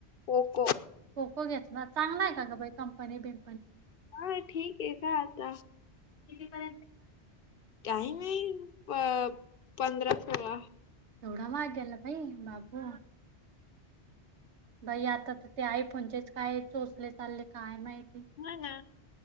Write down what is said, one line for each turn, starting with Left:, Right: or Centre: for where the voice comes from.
Left: पोको
Right: खोको घेतला चांगला आहे का ग बाई कंपनी बिन
Left: हा ठीक आहे का आता कितीपर्यंत टाइम आहे अ पंधरा सोळा
Right: दोडा मागेला पई बाबू बाई आता तर ते आहे पणजेच काय सोचले चालले काय माहि
Left: हा ना